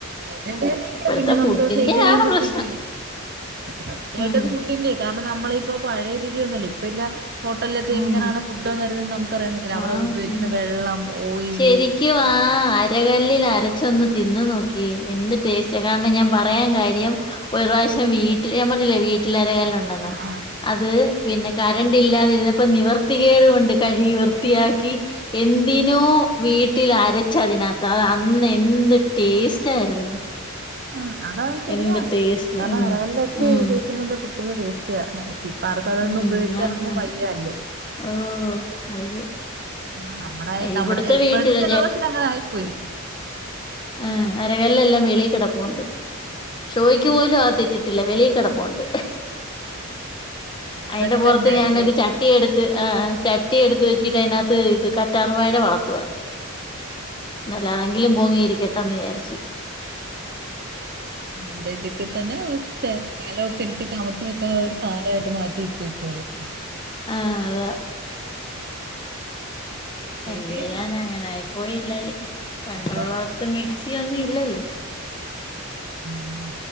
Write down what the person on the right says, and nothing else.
ശരീരം വേദനയാ
പിന്നെ നമുക്ക്‌
ചെയ്ത് കഴുമ്പഴത്തേക്ക്
സത്യയിട്ടത്
ഫുഡ്ന്റെയാ കാരണം നമ്മള് ഇപ്പ പഴയ രുചിന്നുംല്ല ഇപ്പ ഇല്ല ഹോട്ടൽലൊക്കെ
എങ്ങനാണ് ഫുഡ് വരുന്നത് നമുക്ക് അറിയാം വേയ്ക്കൂല അവർ
ഉപയോഗിക്കുന്ന
വെള്ളം ഓയില്
ആഹ് ആഹ്
ആഹ് അതാണ് ശെരിയാണ്
കാരണം
അരകല്ല് <unintelligible>
<unintelligible> പ്പാർക്കും അതൊന്നും
ഉപയോഗിക്കാനൊന്നും
വയ്യാ ല്ലോ
ആഹ് നമ്മടെ നമ്മടെ
ഇപ്പഴത്തെ
ജനറേഷൻ അങ്ങനെ ആയിപ്പോയി
ആ,
ഇവിടെ
ഇതൊക്കെ
തന്നെ
ചോ
ഇവിടെ ഇതൊക്കെ തന്നെ കലൊക്കെ എടുത്ത് കമത്ത് വെക്കാന ഒരു സാനായിട്ട് മാറ്റി വെ <unintelligible>
ശരി
എന്നാ
അതാ
ഉം